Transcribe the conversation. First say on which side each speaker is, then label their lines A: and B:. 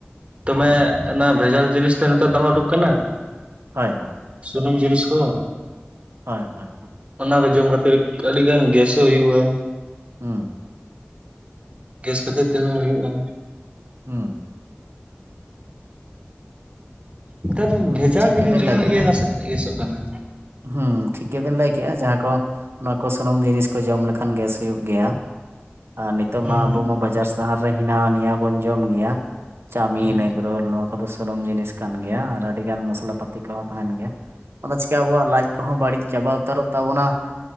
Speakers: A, on the right; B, on the right.
A: ᱛᱚᱢᱮᱜ ᱮᱱᱟ ᱵᱷᱮᱡᱟᱞ ᱡᱤᱱᱤᱥ ᱴᱟᱜ ᱱᱮᱛᱟᱨ ᱫᱚᱢᱮ ᱩᱰᱩᱠ ᱟᱠᱟᱱᱟ᱾
B: ᱦᱚᱭ ᱦᱚᱭ᱾
A: ᱥᱩᱱᱩᱢ ᱡᱤᱱᱤᱥ ᱠᱚᱭ
B: ᱦᱚᱭ ᱦᱚᱭ ᱦᱮᱸ᱾
A: ᱚᱱᱟ ᱠᱚ ᱡᱚᱢ ᱠᱟᱹᱛᱨᱤᱠ ᱟᱹᱰᱤ ᱜᱟᱱ ᱜᱮᱥ ᱦᱚᱸ ᱦᱩᱭᱩᱜ-ᱟ᱾
B: ᱦᱩᱸ᱾
A: ᱜᱮᱥ ᱠᱷᱟᱹᱛᱤᱨ ᱛᱮᱦᱚᱸ ᱦᱩᱭᱩᱜ-ᱟ᱾
B: ᱦᱩᱸ᱾
A: ᱱᱮᱛᱟᱨ ᱫᱚ
B: ᱦᱩᱸ
A: ᱵᱷᱮᱡᱟᱞ‌
B: ᱴᱷᱤᱠ
A: ᱡᱤᱱᱤᱥ
B: ᱜᱮᱵᱮᱱ
A: ᱡᱚᱱᱢᱚ
B: ᱞᱟᱹᱭ ᱠᱮᱜᱼᱟ
A: ᱤᱭᱟᱹ ᱮᱱᱟ ᱥᱮ, ᱟᱹᱞᱤᱥᱚᱜ ᱠᱟᱱᱟ᱾
B: ᱦᱩᱸ ᱴᱷᱤᱠ ᱜᱮᱵᱤᱱ ᱞᱟᱹᱭ ᱠᱮᱜ-ᱟ, ᱡᱟᱦᱟᱸ ᱠᱚ ᱚᱱᱟ ᱠᱚ ᱥᱚᱱᱚᱢ ᱡᱤᱱᱤᱥ ᱠᱚ ᱡᱚᱢ ᱞᱮᱠᱷᱟᱱ ᱜᱮᱥ ᱦᱩᱭᱩᱜ ᱜᱮᱭᱟ᱾ ᱟᱨ ᱱᱤᱛᱚᱜ
A: ᱦᱩᱸ
B: ᱢᱟ ᱟᱵᱚ ᱢᱟ ᱵᱟᱡᱟᱨ ᱥᱟᱦᱟᱨ ᱨᱮ ᱦᱤᱱᱟ ᱱᱤᱭᱟ ᱵᱚᱱ ᱡᱚᱢ ᱜᱮᱭᱟ, ᱪᱟᱢᱤᱱ
A: ᱦᱩᱸ
B: ᱮᱜᱚᱼᱼ ᱨᱳᱞ‌ ᱱᱚᱣᱟ ᱠᱚᱫᱚ ᱥᱩᱱᱩᱢ ᱡᱤᱱᱤᱥ ᱠᱟᱱ ᱜᱮᱭᱟ ᱟᱨ ᱟᱹᱰᱤᱜᱟᱱ ᱢᱚᱥᱚᱞᱟ ᱯᱟᱹᱛᱤ ᱠᱚᱦᱚᱸ ᱛᱟᱦᱮᱱ ᱜᱮᱭᱟ ᱚᱱᱟ ᱪᱤᱠᱟ ᱟᱵᱚᱣᱟᱜᱼᱼ ᱞᱟᱡ ᱠᱚᱦᱚᱸ ᱵᱟᱹᱲᱤᱡ ᱪᱟᱵᱟ ᱩᱛᱟᱨᱚᱜ ᱛᱟᱵᱚᱱᱟ